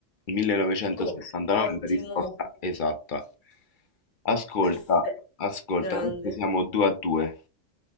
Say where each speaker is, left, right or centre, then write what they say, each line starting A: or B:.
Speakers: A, on the left; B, on the left.
A: 1969
B: oh, ottimo,
A: è la risposta esatta. Ascolta,
B: perfetto,
A: ascolta,
B: grande.
A: adesso siamo 2 a 2.